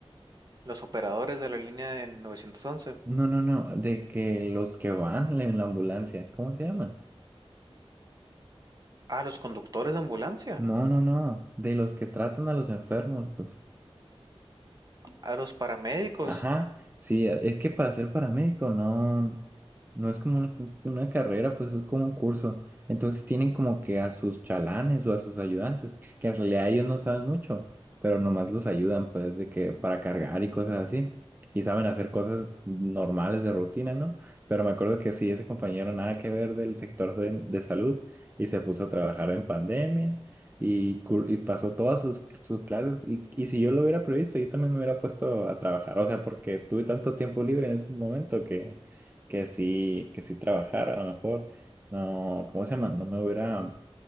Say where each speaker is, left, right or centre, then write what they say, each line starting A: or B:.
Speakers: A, on the right; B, on the right.
A: Los operadores de la línea de novecientos once
B: No, no, no, de que los que van en la ambulancia, ¿cómo se llaman?
A: Ah, los conductores de ambulancia.
B: No, no, no, de los que tratan a los enfermos, pues.
A: A los paramédicos.
B: Ajá, sí, es que para ser paramédico no, no es como una, una carrera, pues es como un curso. Entonces tienen como que a sus chalanes o a sus ayudantes, que en realidad ellos no saben mucho, pero nomás los ayudan pues de que para cargar y cosas así. Y saben hacer cosas normales de rutina, ¿no? Pero me acuerdo que sí, ese compañero nada que ver del sector de, de salud y se puso a trabajar en pandemia y, cur- y pasó todas sus, sus clases y, y si yo lo hubiera previsto, yo también me hubiera puesto a trabajar, o sea, porque tuve tanto tiempo libre en ese momento que, que sí, que sí trabajar, a lo mejor, no, ¿cómo se llama? No me hubiera